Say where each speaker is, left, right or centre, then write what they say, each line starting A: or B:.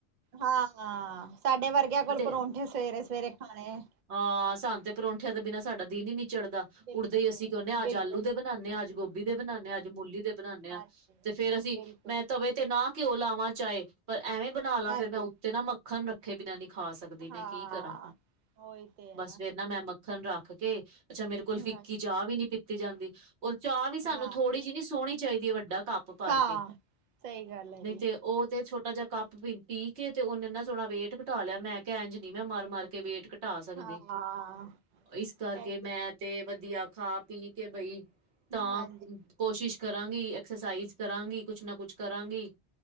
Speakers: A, on the right; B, on the right.
A: ਹਾਂ ਸਾਡੇ ਵਰਗਿਆਂ ਕੋਲੋ
B: ਅਤੇ
A: ਪਰੌਂਠੇ ਸਵੇਰੇ ਸਵੇਰੇ ਖਾਣੇ
B: ਹਾਂ ਸਾਨ ਤੇ ਪਰੌਂਠਿਆਂ ਦੇ ਬਿਨਾਂ ਸਾਡਾ ਦਿਨ ਹੀ ਨੀ ਚੜਦਾ
A: ਬਿਲਕੁਲ
B: ਉੱਡਦੇ ਹੀ ਅਸੀਂ ਕਹਿੰਦੇ ਹਾਂ
A: ਬਿਲਕੁਲ
B: ਅੱਜ ਆਲੂ ਦੇ ਬਣਾਉਂਦੇ ਹਾਂ ਅੱਜ ਗੋਭੀ ਦੇ ਬਣਾਉਂਦੇ ਹਾਂ ਅੱਜ ਮੂਲੀ ਦੇ ਬਣਾਉਂਦੇ
A: ਹਾਂਜੀ
B: ਹਾਂ ਤੇ ਫੇਰ ਅਸੀਂ
A: ਬਿਲਕੁਲ
B: ਮੈਂ ਤਵੇ ਤੇ ਨਾ ਘਿਓ ਲਾਵਾਂ ਚਾਹੇ ਪਰ ਐਵੇਂ ਬਣਾ ਲਾ
A: ਹਾਂਜੀ
B: ਫੇਰ ਮੈਂ ਉੱਤੇ ਨਾ ਮ ਮੱਖਣ ਰੱਖੇ ਬਿਨਾਂ ਨਹੀਂ ਖਾ ਸਕਦੀ ਮੈਂ
A: ਹਾਂ
B: ਕੀ ਕਰਾਂ
A: ਉਹੀ ਤੇ ਹੈ
B: ਬਸ ਫੇਰ ਨਾ ਮੈਂ ਮ ਮੱਖਣ ਰੱਖ ਕੇ ਅੱਛਾ ਮੇਰੇ ਕੋਲੋਂ
A: ਹਾਂਜੀ
B: ਫਿੱਕੀ ਚਾਹ ਵੀ ਨੀ ਪੀਤੀ ਜਾਂਦੀ। ਔਰ ਚਾਹ ਵੀ ਸਾਨੂੰ
A: ਹਾਂ
B: ਥੋੜ੍ਹੀ ਜਿਹੀ ਨੀ ਸੋਹਣੀ ਚਾਹੀਦੀ ਵੱਡਾ ਕੱਪ ਭਰ
A: ਹਾਂ
B: ਕੇ
A: ਸਹੀ ਗੱਲ ਹੈ
B: ਨਹੀਂ
A: ਜੀ
B: ਤੇ ਉਹ ਤੇ ਛੋਟਾ ਜਿਹਾ ਕੱਪ ਪੀ ਕੇ ਤੇ ਉਹਨੇ ਇਨਾ ਸੋਹਣਾ ਵੇਟ ਘਟਾ ਲਿਆ ਮੈਂ ਕਿਹਾ ਇੰਝ ਨੀ ਮੈਂ ਮਾਰ ਮਾਰ ਕੇ ਵੇਟ ਘਟਾ ਸਕਦੀ
A: ਹਾਂ
B: ਇਸ ਕਰਕੇ
A: ਐਕ-
B: ਮੈਂ ਤੇ ਵਧੀਆ ਖਾ ਪੀ ਕੇ ਬਈ, ਤਾਂ
A: ਹਾਂਜੀ
B: <unintelligible> ਕੋਸ਼ਿਸ਼ ਕਰਾਂਗੀ ਐਕਸਰਸਾਈਜ਼ ਕਰਾਂਗੀ, ਕੁਛ ਨਾ ਕੁਛ ਕਰਾਂਗੀ